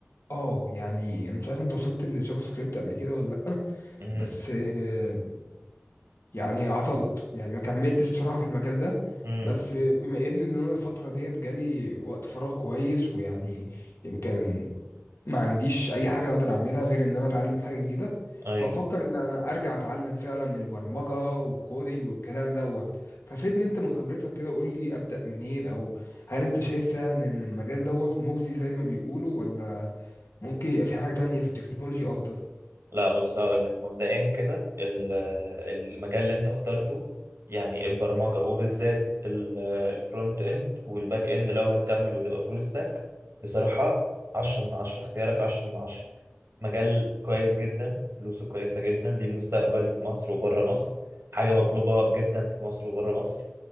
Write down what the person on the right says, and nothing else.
مم،
مم.
أيوه
لا بص هقول لك مبدئيا كده ال- المجال اللي أنت اخترته يعني البرمجة وبالذات ال- الفرونت إند والباك إند لو هتكمل وتبقى فول ستاك بصراحة عشرة من عشرة اختيارك عشرة من عشرة مجال كويس جدا فلوسه كويسة جدا ليه مستقبل في مصر وبره مصر حاجة مطلوبة جدا في مصر وبره مصر